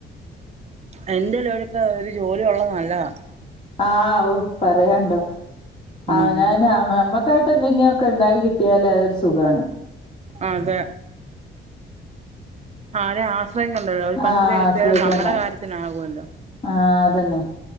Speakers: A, on the right; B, on the left.
A: എന്റെ <unintelligible> ഒരു ജോലി ഒള്ളത് നല്ലതാ
B: ആഹ് ആവ് പറയാണ്ടോ
A: ഉം
B: അവനാന് ആഹ് അമ്മക്ക് അമ്മക്കായിട്ട് എന്തെങ്കിലൊക്കെ ണ്ടായി കിട്ടിയാല് അതൊരു സുഖാണ്
A: അതെ ആഹ് ര ആഹ് പ്പണ്ടല്ലോ ഒരു
B: ആഹ്
A: പത്തിര കിട്ടിയാലും
B: ആശ്രയിക്കണ്ട.
A: നമ്മുടെ കാര്യത്തിനാകുല്ലോ
B: ആഹ് അതന്നെ.